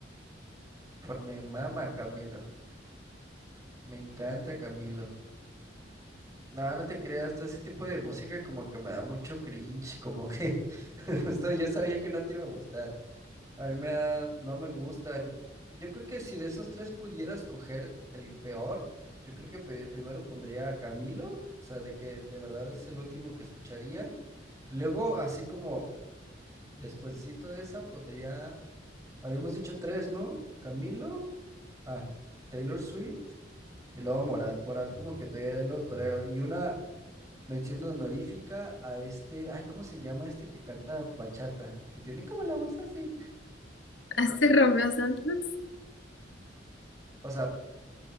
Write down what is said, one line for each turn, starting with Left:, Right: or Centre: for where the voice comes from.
Right: me mama Camilo, me encanta Camilo. No, no te creas, todo ese tipo de música como que me da mucho cringe, como que <laughs> justo yo sabía que no te iba a gustar. A mí me da, no me gusta. Em, Yo creo que si de esos tres pudiera escoger el peor, yo creo que pe- primero pondría a Camilo, o sea, de que de verdad es el último que escucharía. Luego, así como despuesito de esa, pondría, habíamos dicho tres, ¿no? Camilo, ah, Taylor Swift y luego Morat. Morat como que todavía lo tolero. Y una mención honorífica a este, ay, ¿cómo se llama este que canta bachata? Que tiene como la voz así.
Left: <laughs> Este Romeo Santos,
Right: O sea,